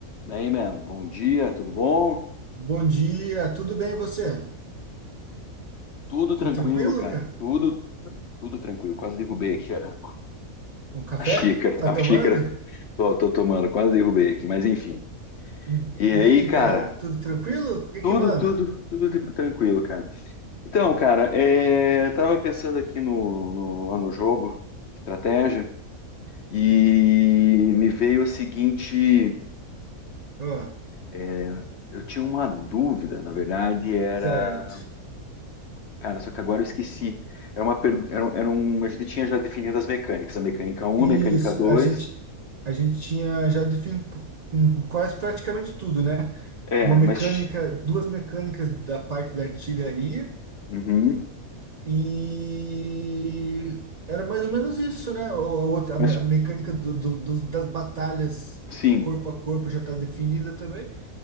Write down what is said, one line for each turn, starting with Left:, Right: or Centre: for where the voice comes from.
Left: Daí, mano, bom dia, tudo bom?
Right: Bom dia, tudo bem e você?
Left: Tudo tranquilo,
Right: Tudo tranquilo,
Left: cara.
Right: cara?
Left: Tudo, tudo tranquilo. Quase derrubei aqui a,
Right: O café?
Left: a xícara.
Right: Tá
Left: A
Right: tomando?
Left: xícara tô, tô tomando, quase derrubei aqui, mas enfim.
Right: Hum.
Left: E
Right: E
Left: aí,
Right: aí,
Left: cara,
Right: cara, tudo tranquilo? O que
Left: tudo,
Right: que manda?
Left: tudo, tudo tipo tranquilo, cara. Então, cara, é, tava pensando aqui no, no- lá no jogo, estratégia, e me veio a seguinte.
Right: Ó,
Left: é, eu tinha uma dúvida, na verdade, era
Right: certo.
Left: Cara, só que agora eu esqueci. Era uma per... era, um- era um... A gente tinha já definido as mecânicas. A mecânica um
Right: Isso,
Left: a mecânica dois
Right: a gente, a gente tinha já definido p- hum, quase praticamente tudo, né?
Left: É,
Right: Uma mecânica,
Left: mas...
Right: duas mecânicas da parte da artilharia
Left: Uhum.
Right: e era mais ou menos isso, né? Ou A outra, a
Left: Mas,
Right: me- a mecânica do- do- dos- das batalhas
Left: sim.
Right: eh, corpo a corpo já está definida também.